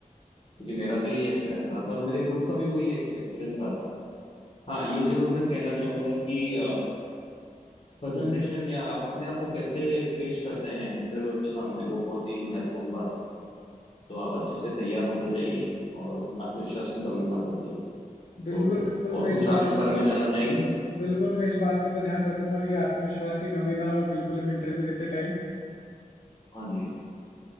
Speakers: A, on the left (about 40°); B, on the left (about 60°).
A: क्योंकि मेरा तो यही एक्सपीरियंस रहा था और मेरे ग्रुप का भी वही एक एक्सपीरियंस रहा था हाँ ये जरूर मैं कहना चाहूंगा कि प्रेजेंटेशन या आप अपने आप को कैसे पेश करते हैं इंटरव्यूअर के सामने वो बहुत ही महत्वपूर्ण बात है तो आप अच्छे से तैयार होकर जाइए और आत्मविश्वास की कमी मत रखिए तो
B: बिल्कुल बिल्कुल
A: और
B: मैं
A: कुछ
B: इस
A: आप
B: बात
A: इस
B: का
A: बारे में जानना चाहेंगे
B: बिल्कुल मैं इस बात का तो ध्यान रखूंगा कि आत्मविश्वास की कमी ना हो बिल्कुल भी इंटरव्यू देते टाइम
A: हाँ जी